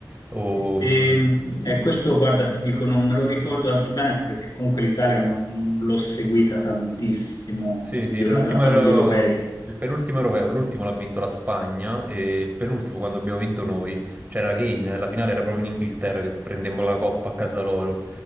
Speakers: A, on the right; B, on the left.
A: O,
B: E,
A: mm,
B: eh, questo, guarda, ti dico, non me lo ricordo tanto bene, anche perché comunque l'Italia non, non l'ho seguita tantissimo
A: Sì,
B: negli,
A: sì, l'ultimo
B: alla fa-
A: euro-
B: negli europei.
A: il penultimo europeo, l'ultimo l'ha vinto la Spagna e il penultimo quando abbiamo vinto noi c'era Kane, la finale era proprio in Inghilterra che prendemmo la coppa a casa loro.